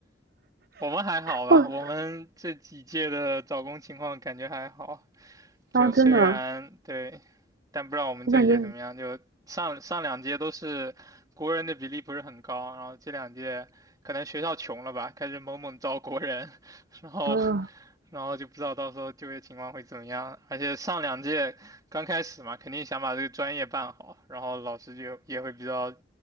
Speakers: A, on the right; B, on the right.
A: 我们还好吧？
B: 哇
A: 我们这几届的找工情况感觉还好。就虽然对，
B: 啊，真的。
A: 但不知道我们这一届怎么样。
B: 我感觉，
A: 就上上两届都是国人的比例不是很高，然后这两届可能学校穷了吧，开始猛猛招国人，<laughs> 然后
B: 啊，
A: 然后就不知道到时候就业情况会怎么样。而且上两届刚开始嘛，肯定想把这个专业办好，然后老师就也会比较